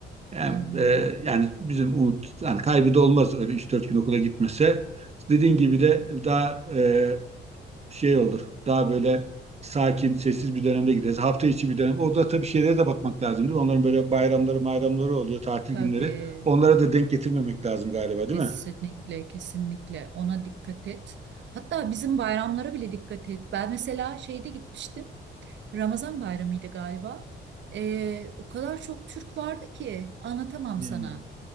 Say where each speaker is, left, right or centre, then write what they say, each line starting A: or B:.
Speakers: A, on the right (about 30°); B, on the right (about 65°).
A: Hem,
B: Hı hı.
A: e, yani bizim umut, yani kaybı da olmaz öyle 3-4 gün okula gitmese. Dediğin
B: Hı
A: gibi
B: hı.
A: de daha e, şey olur. Daha böyle sakin, sessiz bir dönemde gideriz. Hafta içi bir dönem. Orada tabii şeylere de bakmak lazım değil mi? Onların böyle bayramları, bayramları oluyor, tatil
B: Tabii.
A: günleri. Onlara da denk getirmemek lazım galiba,
B: Kesinlikle,
A: değil mi?
B: kesinlikle ona dikkat et. Hatta bizim bayramlara bile dikkat et. Ben mesela şeyde gitmiştim. Ramazan bayramıydı galiba. Ee, o kadar çok Türk vardı ki anlatamam
A: Hmm.
B: sana.